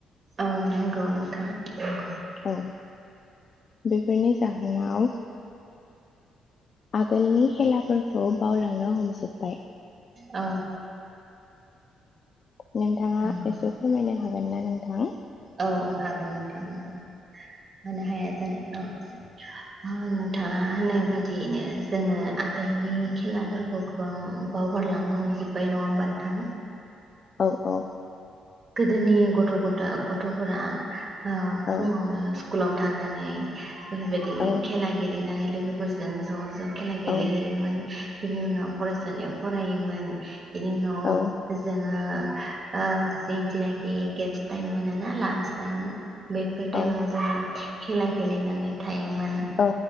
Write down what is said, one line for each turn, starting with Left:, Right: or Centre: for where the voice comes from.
Right: औ नंगौ नोंथां नंगौ।
Left: औ बेफोरनि जाहोनाव आगोलनि खेलाफोरखौ बावलांनो हमजोब्बाय।
Right: औ।
Left: नोंथाङा
Right: नंगौ
Left: एसे फोरमायनो हागोन ना नोंथां?
Right: औ हागोन नोंथां होगोन मानो हाया जानो औ नोंथाङा होननाय बायदियैनो जोङो आगोलनि खेलाफोरखौ गोबां बावगारलांनो हमजोबबाय नङा होमबा नोंथां।
Left: औ औ।
Right: गोदोनि गथ' गथा गथ'फोरा ओ‌ फुङावनो
Left: औ
Right: स्कुलाव थांनानै बेफोरबायदि
Left: औ
Right: खेला गेलेनानै लोगोफोरजों ज' ज' खेला गेलेहैयोमोन
Left: औ
Right: बिनि उनाव फरायसालियाव फरायो मोन बिनि उनाव
Left: औ
Right: जों ओ ओ जिथिनाखि गेब्स टाइम मोन ना लान्स टाइम बैफोर टाइमाव
Left: औ
Right: जोंङो खेला गेलेनानै थाइ मोन
Left: औ